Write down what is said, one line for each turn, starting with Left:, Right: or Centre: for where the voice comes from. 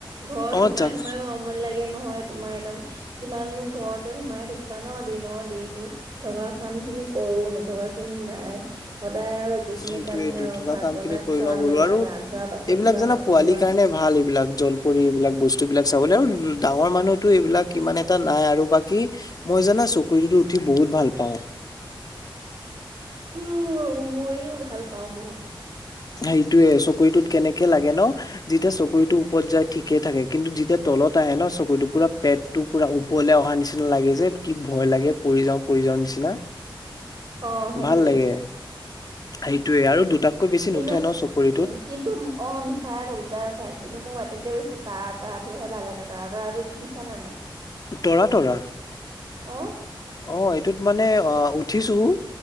Right: ঘৰত
Left: অ
Right: সোমাই
Left: জাপ
Right: সোমাইও সময় লাগে নহয় তোমাৰ একদম কিমাননো ঘৰতে সোমাই থাকিবা ন দিনৰ দিনটো থকা কামখিনি কৰো নথকাখিনি নাই, সদায় আৰু এ সেইখিনি
Left: সেইটোয়েইটো
Right: কামেই আৰু
Left: থকা
Right: ভাত
Left: কাম
Right: বনাই
Left: খিনি কৰি
Right: খোৱা
Left: লওঁ
Right: -
Left: বোলো
Right: মেলা,
Left: আৰু
Right: গা ধোৱা, বাচন
Left: এইবিলাক
Right: ধোৱা,
Left: জানা
Right: কাপোৰ
Left: পোৱালিৰ
Right: ধোৱা
Left: কাৰণে ভাল এইবিলাক জলপৰি এইবিলাক বস্তুবিলাক চাবলৈ আৰু নো ডাঙৰ মানুহতো এইবিলাক কিমান এটা নাই আৰু বাকী মই জানা চকুৰিটোতো উঠি বহুত ভাল পাওঁ।
Right: উ মইও ভাল পাওঁ বহুত।
Left: সেইটোয়ে চকৰিটোত কেনেকে লাগে ন? যেতিয়া চকৰিতো ওপৰ যায় ঠিকে থাকে কিন্তু যেতিয়া তলত আহে ন চকৰিটো পুৰা পেটটো পুৰা ওপৰলে অহা নিচিনা লাগে যে কি ভয় লাগে। পৰি যাওঁ পৰি যাওঁ নিচিনা।
Right: অ সেইটোৱে
Left: ভাল লাগে, সেইটোয়ে আৰু দুটাতকৈ বেছি
Right: কিন্তু
Left: নো ঠে ন চুকুৰিটোত।
Right: কিন্তু অ নুঠাই আক'ল দুটাই উঠাই কিন্তু মোৰটকে বেছি তাঁ তৰা তোৰহাই ভাল লাগে। তাৰা আৰুত উঠিছা নে নাই?
Left: তৰা তৰা,
Right: অ
Left: অ এইটোত মানে অ উঠিছো।